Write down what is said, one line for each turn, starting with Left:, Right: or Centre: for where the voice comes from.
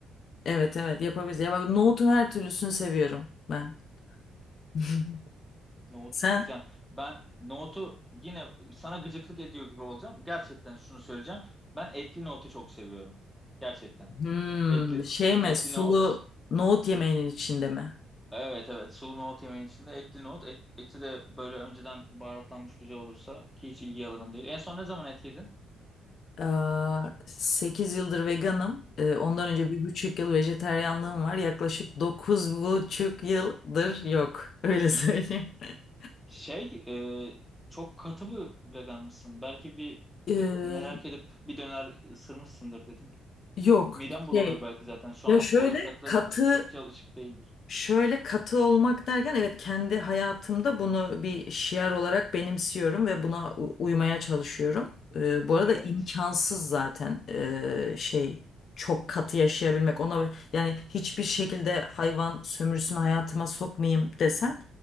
Left: Evet evet yapabiliriz. Ya bak nohutun her türlüsünü seviyorum ben. <laughs>
Centre: Nohut
Left: Sen
Centre: güzel. Ben nohutu yine sana gıcıklık ediyor gibi olacağım. Gerçekten şunu söyleyeceğim. Ben etli nohutu çok seviyorum. Gerçekten.
Left: hmm,
Centre: Etli
Left: şey mi
Centre: etli
Left: sulu
Centre: nohut.
Left: nohut yemeğinin içinde mi?
Centre: Evet evet sulu nohut yemeğin içinde etli nohut. Et- eti de böyle önceden baharatlanmış güzel olursa ki hiç ilgi alanın değil. En son ne zaman et yedin?
Left: Aa, 8 yıldır veganım. Ee, ondan önce bir buçuk yıl vejeteryanlığım var. Yaklaşık 9 buçuk yıldır yok. Öyle söyleyeyim. <laughs>
Centre: Şey, e, çok katı bir vegan mısın? Belki bir
Left: Ee,
Centre: de- merak edip bir döner ısırmışsındır dedim.
Left: yok
Centre: Midem bulanır
Left: şey
Centre: belki zaten. Şu
Left: ya
Centre: an
Left: şöyle
Centre: bağırsakları
Left: katı
Centre: hiç alışık değildir.
Left: Şöyle katı olmak derken evet kendi hayatımda bunu bir şiar olarak benimsiyorum ve buna u- uymaya çalışıyorum. Ee, bu arada
Centre: Evet.
Left: imkansız zaten ee, şey çok katı yaşayabilmek. Ona yani hiçbir şekilde hayvan sömürüsünü hayatıma sokmayayım desen